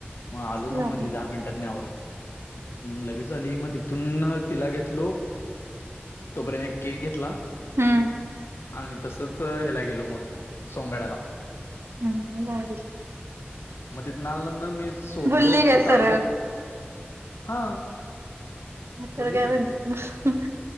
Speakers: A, on the left (about 75°); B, on the right (about 90°).
A: म आलो
B: असं
A: थांब
B: झालं
A: म्हणली, दहा मिनिटात मी आवरून लगेच आली, म तिथून तिला घेतलो तोपर्यंत एक केक घेतला
B: हम्म
A: आणि तसंच ह्याला गेलो मग सोंगाड्याला
B: हम्म भारी
A: म तिथंन आल्या न मी सोडलो
B: बोलली काय
A: प चालली
B: सरळ
A: हा बोलली
B: तर काय
A: की
B: म्हणतात